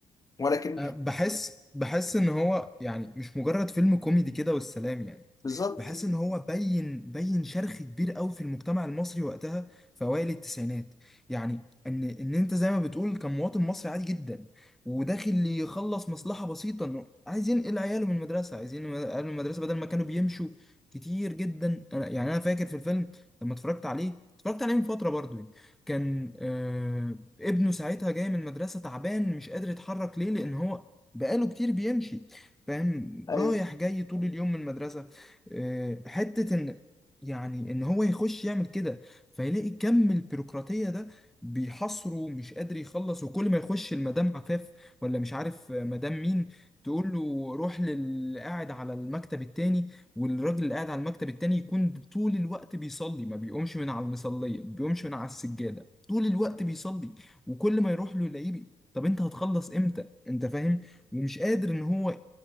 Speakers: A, on the left; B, in the centre.
A: ولكن
B: أه، بحس بحس ان هو يعني مش مجرد فيلم كوميدي كده والسلام يعني
A: بالظبط
B: بحس ان هو بين بين شرخ كبير قوي في المجتمع المصري وقتها في اوائل التسعينات يعني ان ان انت زي ما بتقول كان مواطن مصري عادي جدا وداخل يخلص مصلحه بسيطه انه عايز ينقل عياله من المدرسه عايزين عياله من المدرسه بدل ما كانوا بيمشوا كتير جدا أنا- يعني انا فاكر في الفيلم لما اتفرجت عليه اتفرجت عليه من فتره برضو يعني كان آه ابنه ساعتها جاي من المدرسه تعبان مش قادر يتحرك ليه لان هو بقاله كتير بيمشي فاهم
A: ايوه
B: رايح جاي طول اليوم من المدرسة آه، حتة إن يعني إن هو يخش يعمل كده فيلاقي كم البيروقراطية ده بيحصره ومش قادر يخلص وكل ما يخش المدام عفاف ولا مش عارف آه، مدام مين تقول له روح للي قاعد على المكتب التاني والراجل اللي قاعد على المكتب التاني يكون طول الوقت بيصلي ما بيقومش من على المصلية ما بيقومش من على السجادة طول الوقت بيصلي وكل ما يروح له يلاقيه بي... طب انت هتخلص امتى انت فاهم ومش قادر ان هو ي-